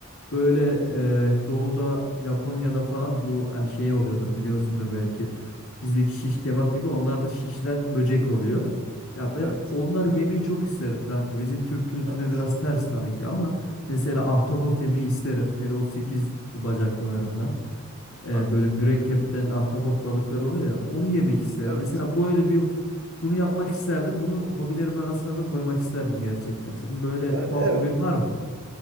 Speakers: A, on the left (about 70°); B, on the right (about 60°).
A: Böyle e, doğuda Japonya'da falan bu hani şey oluyordur biliyorsundur belki. Bizdeki şiş kebap gibi onlar da şişten böcek oluyor. Ya ben
B: evet,
A: onları
B: evet,
A: yemeyi çok isterim kanka. Bizim Türk kültürüne
B: evet.
A: biraz ters tabii ki ama mesela ahtapot yemeyi isterim. Hele o 8 bacaklılarından. E,
B: Anladım.
A: böyle mürekkepten ahtapot balıkları oluyor ya onu yemek isterim.
B: Evet.
A: Mesela bu öyle bir bunu yapmak isterdim. Bunu hobilerim arasına da koymak isterdim gerçekten. Senin böyle
B: Yani
A: tuhaf
B: evet.
A: hobin var mı?